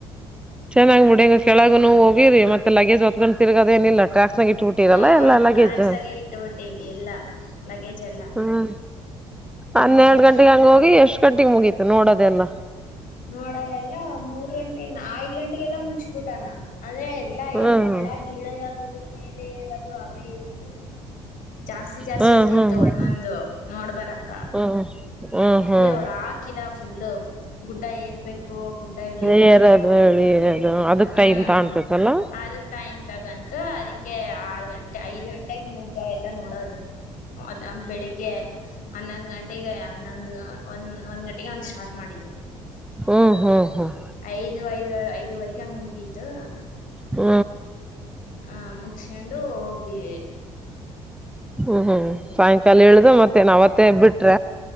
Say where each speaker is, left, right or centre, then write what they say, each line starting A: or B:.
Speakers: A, in the centre; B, on the left (about 55°).
A: ಚೆನ್ನ್ ಬಿಡಿಂಗ ಕೆಳಗ ನವು ಹೋಗಿರಿ ಮತ್ತೆ ಲೇಜ್ ಹೊತ್್ೊಂಡ ತಿಗದೇನಿಲ್ಲಟ್ರ್ಯಾಕ್ ಸಂಗಿಟ್ ಟ್ಟಿರಲ್ಲ
B: ಹ್ಮ
A: ಎಲ್ಲಾ ಎಲ್ಲೇಜ
B: ಟ್ರ್ಯಾಕ್ಸ್ ಆಗೆ ಇಟ್ಟುಬಿಟ್ಟಿವಿ ಎಲ್ಲಾ ಲಗೇಜ್ ಎಲ್ಲಾ
A: ಹ್ಮ ಹನ್ನೆರಡು
B: ಹ್ಮ್
A: ಗಂಟೆಗೆ ಹಂಗ ಹೋಗಿ ಎಷ್ಟ್ ಗಂಟೆಗೆ ಮುಗೀತು ನೋಡೋದೆ ಎಲ್ಲ
B: ನೋಡದೆ ಎಲ್ಲಾ ಮೂರ್ ಗಂಟೆ ಐದ್ ಗಂಟೆಗೆಲ್ಲಾ ಮುಗಸ್ಬಿಟಾನಾನ್ ಅಂದ್ರೆ ಎಲ್ಲಾ
A: ಹ್ಮ್
B: ಕೆಳಗ ಇಳೆಯದು ಮೇಲೆ ಇದು ಅವೇ ಇದು ಜಾಸ್ತಿ ಜಾಸ್ತಿ
A: ಹ್ಮ್
B: ಹೊತ್ತ
A: ಹ್ಮ್
B: ಇತ್ತು
A: ಹ್ಮ್
B: ಒಂದೊಂದು ನೋಡ್ಬರಕ್ಕ
A: ಹ್ಮ್ ಹ್ಮ್ ಹ್ಮ್
B: ಅಂದ್ರೆ ಒಳ ಹಾಕಿದ ಫುಲ್ಲ ಗುಡ್ಡ ಏರ್ಬೇಕು ಗುಡ್ಡ ಇಳಿಬೇಕು
A: ಯಾರಾದ ಹೇಳಿ ಏದು ಅದಕ್
B: ಹ್ಮ್
A: ಟೈಮ್ ತಾಣ್ತತಲ್ಲ
B: ಆದ್ರ ಟೈಮ್ ತಗಂತು ಅದಕ್ಕೆ ಆರು ಗಂಟೆ ಐದು ಗಂಟೆಗೆ ಮುಗ್ದ ಎಲ್ಲ ನೋಡೋದು ಅ ಬೆಳಿಗ್ಗೆ ಹನ್ನೊಂದ್ ಗಂಟೆಗೆ ಹನ್ನೊಂದಂದು ಒಂದ್ ಒಂದ್ ಗಂಟೆಗೆ ಹಂಗ ಸ್ಟಾರ್ಟ್ ಮಾಡಿದ್ದು
A: ಹ್ಮ್ ಹ್ಮ್ ಹ್ಮ್
B: ಐದು ಐದ ಐದುವರೆಗೆ ಹಂಗ್ದಿತ್ತುು
A: ಹ್ಮ
B: ಆ ಮುಗಸೊಂಡು ಹೋಗಿ
A: ಹ್ಮ್ ಹ್ಮ್ ಸಾಯಂಕಾಲ ಇಳ್ದ ಮತ್ತೆ ನಾವತ್ತೆ ಬಿಟ್ರ